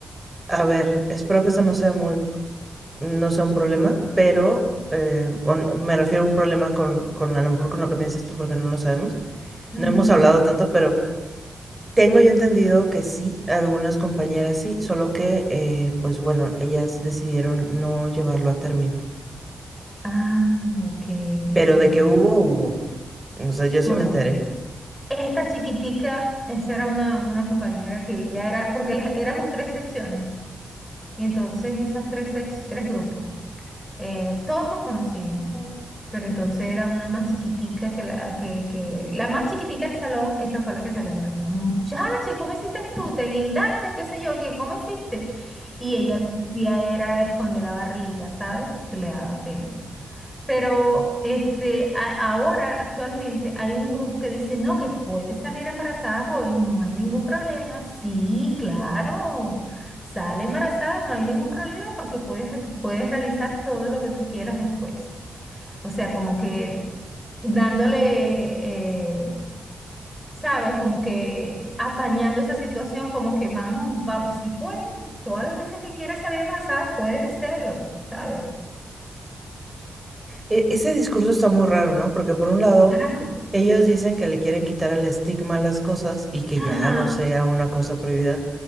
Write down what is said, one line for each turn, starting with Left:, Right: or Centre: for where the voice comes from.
Right: a ver, espero que eso no sea muy, no sea un problema, pero eh, o n- me refiero a un problema con, con a lo mejor con lo que piensas tú, porque no lo sabemos.
Centre: Ujú.
Right: No hemos hablado tanto, pero tengo yo entendido que sí, algunas compañeras sí, solo que, eh, pues bueno, ellas decidieron no llevarlo a término.
Centre: Ah, ok, entiendo.
Right: Pero de que hubo, hubo. O sea, yo sí
Centre: Bueno,
Right: me enteré.
Centre: esta chiquitica, esa era una, una compañera que ya era, porque las- éramos tres secciones, y entonces esas tres, sec- tres grupos. eh, todos nos conocíamos, ¿sabes? Pero entonces era una más chiquitica que la que, que la más chiquitica del salón, esa fue la que salió embarazada. Muchacha, ¿y ¿cómo hiciste tú? ¿Te guindaste o qué sé yo? ¿Qué, cómo hiciste? Y ella lo que hacía era esconder la barriga, ¿sabes? Porque le daba pena. Pero este, a- ahora, actualmente, hay un grupo que dice, no, que puede salir embarazada joven, no hay ningún problema. Sí, claro, sale embarazada, no hay ningún problema porque puedes, puedes realizar todo lo que tú quieras después. O sea, como que dándole, eh, ¿sabes? Como que apañando esa situación, como que vamos, vamos, si puedes, todas las veces que quieras salir embarazada, puedes hacerlo, ¿sabes?
Right: E- ese discurso está muy raro, ¿no? Porque por un lado...
Centre: Claro.
Right: Ellos dicen que le quieren quitar el estigma a las cosas y que
Centre: Ajá.
Right: ya no sea una cosa prohibida.